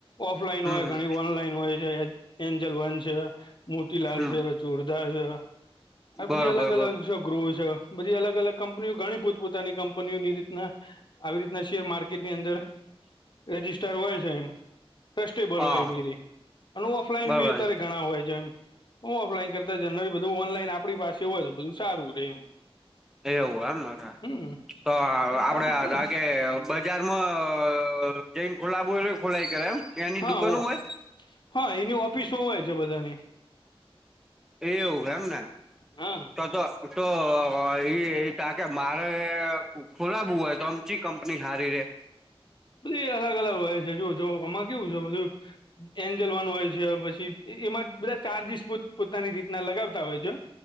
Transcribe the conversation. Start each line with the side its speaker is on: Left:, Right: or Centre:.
Left: ઓફલાઈન
Centre: હમ
Left: હોય
Centre: હમ
Left: ઘણી ઓનલાઈન હોય છે એન્જલ વન છે. મોતીલાલ
Centre: હમ
Left: છે ચોરદાર છે આ
Centre: બરોબર
Left: બધી અલગ અલગ
Centre: બર
Left: છે ગૃહ છે. બધી અલગ અલગ કંપનીઓ ઘણી પોતપોતાની કંપનીઓની રીતના આવી રીતના શેર માર્કેટની અંદર રજિસ્ટર હોય છે એમ. ટ્રસ્ટેબલ
Centre: હા
Left: હોય મીરી અને ઓફલાઈન
Centre: બરોબર
Left: બી અત્યારે ઘણા હોય છે એમ. હું ઓફલાઈન કરતા જ ન બધું ઓનલાઈન આપણી પાસે હોય તો બધું સારું રે એમ
Centre: એવ આમ મઠા
Left: હમ.
Centre: તો આપડે
Left: ખાધું
Centre: કે આ
Left: પડે
Centre: લાગે બજારમાં જઈન ખુલાવુ પડે. ખોલાઈ કરાય એમ એની
Left: હા
Centre: દુકાન
Left: ઓ
Centre: હોય.
Left: હા એની ઓફિસો હોય છે બધાની
Centre: એવું એમને
Left: હા.
Centre: તો તો તો એ તા કે મારે ખોલાવું હોય તો આમ ચી કંપની હારી રે. <inaudible>
Left: બધી એ અલગ અલગ હોય છે જો જો એમાં કેવુ છે બઘુ એન્ જલવાનું હોય છે પછી એ બધા ચાર્જસ પોતાની રીતના. લગાવતા હોય છે